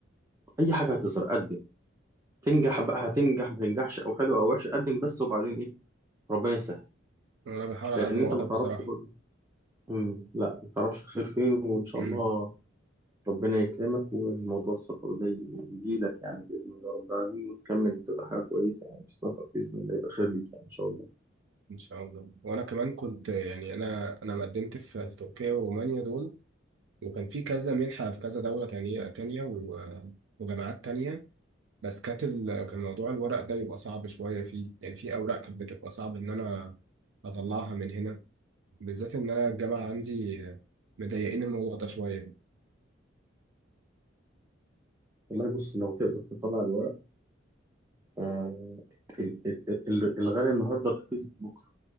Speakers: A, on the right; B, on the right.
A: أي حاجة هتظهر قدم تنجح بقى هتنجح ما تنجحش أو حلو أو وحش قدم بس وبعدين إيه ربنا يسهل
B: وأنا بحاول على
A: لأن
B: قد ما
A: أنت
B: أقدر
A: ما
B: بصراحة
A: تعرفش برضه مم، لا ما تعرفش الخير فين وإن شاء
B: مم.
A: الله ربنا يكرمك وموضوع السفر ده يجيلك يعني بإذن الله رب العالمين وتكمل تبقى حاجة كويسة يعني في السفر بإذن الله يبقى خير ليك يعني إن شاء الله
B: إن شاء الله وأنا كمان كنت آه، يعني أنا أنا مقدمت في في تركيا ورومانيا دول وكان في كذا منحة في كذا دولة تانية تانية و- وجامعات تانية بس كانت ال- كان موضوع الورق ده بيبقى صعب شوية فيه يعني في أوراق كانت بتبقى صعب إن أنا أطلعها من هنا بالذات إن أنا الجامعة عندي مضايقين الموضوع ده شوية
A: والله بص لو تقدر تطلع الورق آه ال- ال- ال- الغالي النهاردة رخيص بكرة